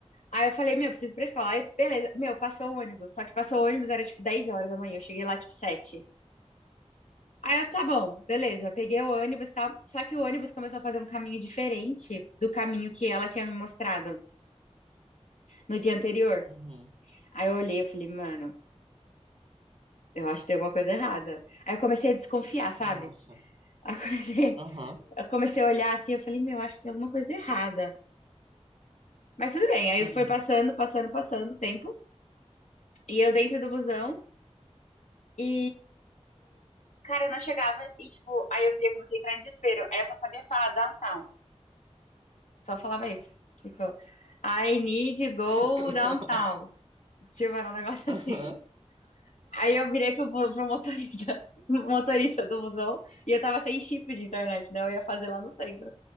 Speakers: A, on the left (about 80°); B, on the right (about 45°).
A: Aí eu falei, meu, preciso ir pra escola. Aí, beleza. Meu, passou o ônibus. Só que passou o ônibus, era tipo 10 horas da manhã. Eu cheguei lá tipo 7. Aí eu, tá bom, beleza. Peguei o ônibus, tá? Só que o ônibus começou a fazer um caminho diferente do caminho que ela tinha me mostrado no dia anterior.
B: Uhum.
A: Aí eu olhei e falei, mano, eu acho que tem alguma coisa errada. Aí eu comecei a desconfiar, sabe?
B: Nossa.
A: <laughs> Aí eu comecei,
B: Aham.
A: eu comecei a olhar assim, eu falei, meu, acho que tem alguma coisa errada. Mas tudo bem. Aí
B: Sim.
A: foi passando, passando, passando o tempo. E eu dentro do busão. E, cara, eu não chegava e, tipo, aí eu via, comecei a entrar em desespero. Aí eu só sabia falar downtown. Só falava isso. Tipo, I need to go
B: <laughs> Toda
A: downtown.
B: hora.
A: Tipo, era um negócio
B: Aham.
A: <laughs> assim. Aí eu virei pro, pro motorista, <laughs> motorista do busão e eu tava sem chip de internet, né? Eu ia fazer lá no centro.